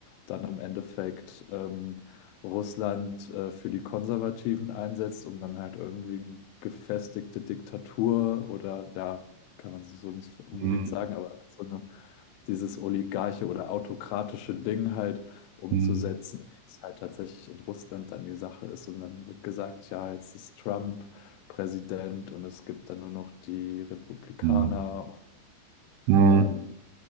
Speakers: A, on the left; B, on the right.
A: dann im Endeffekt ähm, Russland äh, für die Konservativen einsetzt, um dann halt irgendwie eine gefestigte Diktatur oder ja, kann man so nicht unbedingt
B: hm,
A: sagen, aber so eine, dieses oligarche oder autokratische Ding halt umzusetzen,
B: hm,
A: wie es halt tatsächlich in Russland dann die Sache ist. Und dann wird gesagt, ja, jetzt ist Trump Präsident und es gibt dann nur noch die Republikaner.
B: hm, hm.
A: Ähm,